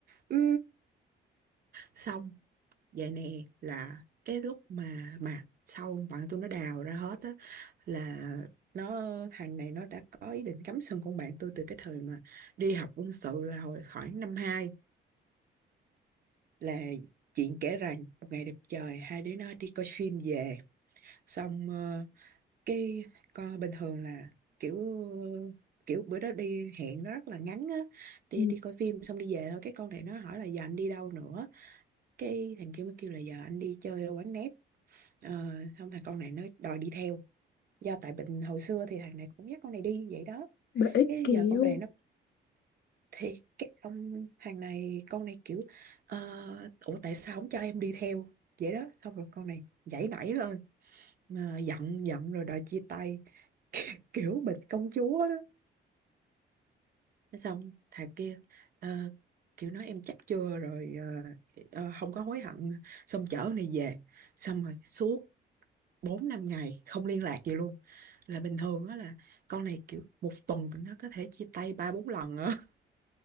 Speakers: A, on the right; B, on the left.
A: ừ. xong Vậy nè là cái lúc mà mà sau bạn tôi nó đào ra hết á là nó thằng này nó đã có ý định cắm sừng con bạn tôi từ cái thời mà đi học quân sự là hồi khoảng năm hai là chuyện kể rằng một ngày đẹp trời hai đứa nó đi coi phim về xong ờ, cái coi bình thường là kiểu kiểu bữa đó đi hẹn nó rất là ngắn á đi
B: ừ.
A: đi coi phim xong đi về thôi cái con này nó hỏi là giờ anh đi đâu nữa cái thằng kia mới kêu là giờ anh đi chơi ở quán net Ờ, xong thằng con này nó đòi đi theo do tại bệnh hồi xưa thì thằng này cũng dắt con này đi vậy đó
B: Bà ấy
A: cái
B: kẹo
A: giờ con này nó thì cái ông thằng này con này kiểu ờ, ủa tại sao không cho em đi theo vậy đó xong rồi con này giãy nảy lên mà giận giận rồi đòi chia tay kiểu bệnh công chúa đó xong thằng kia ờ, kiểu nói em chắc chưa rồi ờ, ờ, không có hối hận xong chở con này về xong rồi suốt 4 5 ngày không liên lạc gì luôn. Là bình thường á là con này kiểu một tuần tụi nó có thể chia tay ba bốn lần á. <laughs>